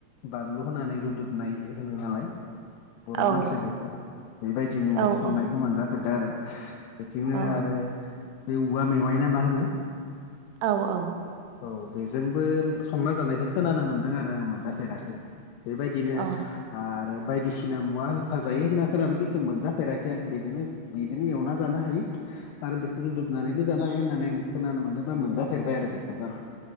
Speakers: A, on the left (about 85°); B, on the right (about 85°).
A: बानलु होनानै रुदुबनाय होनो नालाय बर'
B: औ
A: मानसिया बेखौ बेबायदिनो
B: औ
A: संनायखौ
B: औ
A: मोनजाफेरदों आरो। बिदिनो
B: औ
A: आरो बे औवा मेवाइ ना मा होनो
B: औ-औ
A: औ बेजोंबो संना जानायखौ खोनानो मोन्दों आरो आं मोनजाफेराखै। बेबायदिनो
B: औ
A: आरो बायदिसिना मुवा होफाजायो होनना खोनानो खिन्थु मोनजाफेराखै आं बिदिनो बिदिनो एवना जानो हायो। आरो बेखौ रुदबनानैबो जानो हायो होननानै आं खोनानो मोनदोंबा मोनजाफेरबाय आरो बेखौबो